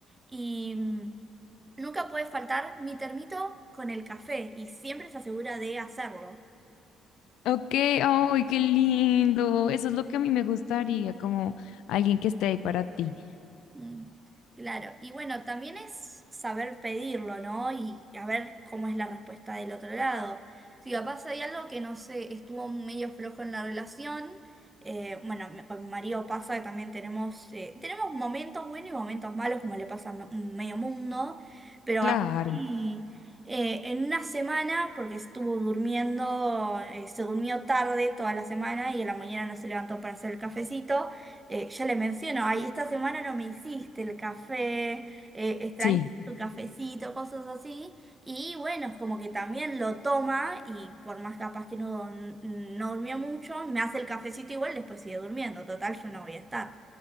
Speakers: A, on the right (about 20°); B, on the left (about 70°).
A: y mm, nunca puede faltar mi termito con el café y siempre se asegura de hacerlo.
B: Ok, ay, qué lindo. Eso es lo que a mí me gustaría, como alguien que esté ahí para ti.
A: Mm, Claro, y bueno, también es saber pedirlo, ¿no? Y a ver cómo es la respuesta del otro lado. Si capaz hay algo que no sé, estuvo medio flojo en la relación, eh, bueno, me- con mi marido pasa que también tenemos, eh, tenemos momentos buenos y momentos malos, como le pasa a me- un medio mundo, pero capaz
B: Claro,
A: y, eh, en una semana, porque estuvo durmiendo, eh, se durmió tarde toda la semana y a la mañana no se levantó para hacer el cafecito. Eh, ya le menciono, ay, esta semana no me hiciste el café, eh, extraño
B: sí.
A: tu cafecito, cosas así. Y bueno, es como que también lo toma y por más capaz que no, no durmió mucho, me hace el cafecito igual, después sigue durmiendo, total, yo no voy a estar.